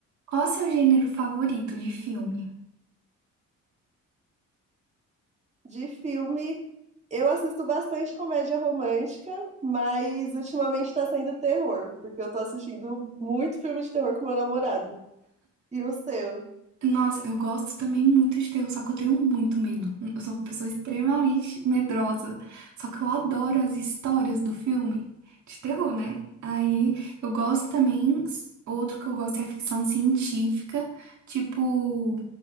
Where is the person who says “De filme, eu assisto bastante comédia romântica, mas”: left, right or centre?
Right